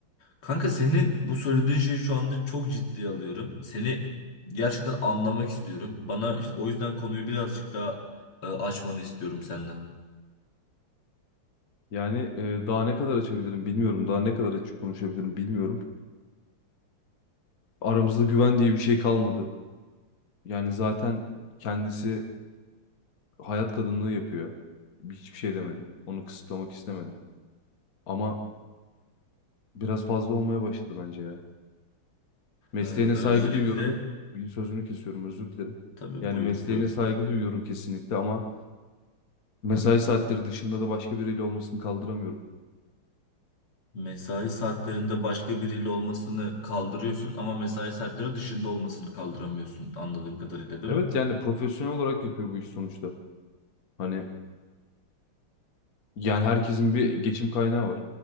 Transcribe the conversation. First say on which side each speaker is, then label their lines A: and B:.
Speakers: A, on the left; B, on the left.
A: kanka senin bu söylediğin şeyi şu anda çok ciddiye alıyorum. Seni gerçekten anlamak istiyorum. Bana işte o yüzden konuyu birazcık daha e, açmanı istiyorum senden.
B: Yani e, daha ne kadar açabilirim bilmiyorum. Daha ne kadar açık konuşabilirim bilmiyorum. Aramızda güven diye bir şey kalmadı. Yani zaten kendisi hayat kadınlığı yapıyor. Hiçbir şey demedim. Onu kısıtlamak istemedim. Ama biraz fazla olmaya başladı bence ya. Mesleğine
A: Ee, öncelikle
B: saygı duyuyorum. Bir sözünü kesiyorum, özür dilerim.
A: tabii
B: Yani
A: buyur
B: mesleğine
A: buyur.
B: saygı duyuyorum kesinlikle ama mesai saatleri dışında da başka biriyle olmasını kaldıramıyorum.
A: Mesai saatlerinde başka biriyle olmasını kaldırıyorsun ama mesai saatleri dışında olmasını kaldıramıyorsun anladığım kadarıyla değil
B: Evet
A: mi?
B: yani profesyonel olarak yapıyor bu iş sonuçta. Hani yani herkesin bir geçim kaynağı var.